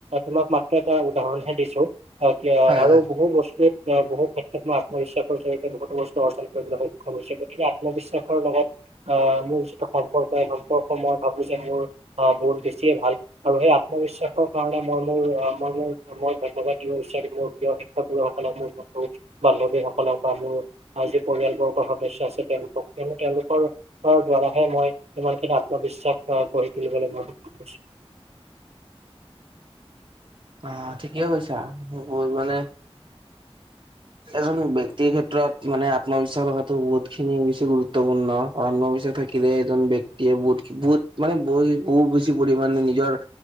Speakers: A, on the right (about 80°); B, on the right (about 50°).
A: তোমাক মাত্ৰ এটা উদাহৰণ হে দিছো অ
B: হয়
A: আৰু
B: হয়
A: বহু বস্তুৱে বহু ক্ষেত্ৰত মই আত্মবিশ্বাসৰ জৰিয়তে বহুতো বস্তু অৰ্জন কৰিবলৈ সক্ষম হৈছে। গতিকে আত্মবিশ্বাসৰ লগত অ মোৰ যিটো সম্পৰ্ক এই সম্পৰ্ক মই ভাবো যে মোৰ আহ বহুত বেছিয়ে ভাল আৰু সেই আত্মবিশ্বাসৰ কাৰণে মই মোৰ মই মোৰ মই ধন্যবাদ দিব বিচাৰিম মোৰ প্ৰিয় শিক্ষাগুৰুসকলক মোৰ বান্ধৱীসকলক বা মোৰ যি পৰিয়াল বৰ্গৰ সদস্য আছে তেওঁলোকক কিয়নো তেওঁলোকৰ দোৱাৰাহে মই ইমানখিনি আত্মবিশ্বাস গঢ়ি তুলিবলৈ মই সক্ষম হৈছো। <inaudible>
B: আহ ঠিকে কৈছা বহু মানে এজন ব্যক্তিৰ ক্ষেত্ৰত মানে আত্মবিশ্বাস থকাটো বহুত খিনি বেছি গুৰুত্বপূৰ্ণ আত্মবিশ্বাস থাকিলে এজন ব্যক্তিয়ে বহুত বহুত মানে বহু বহুত বেছি পৰিমাণে নিজৰ